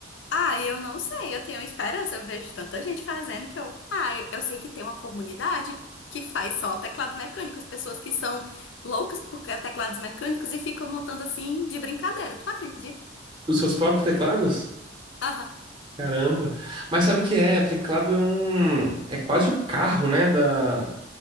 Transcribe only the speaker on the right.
Os seus próprios teclados?
Caramba. Mas sabe o que é? Teclado é um, é quase o carro, né, da,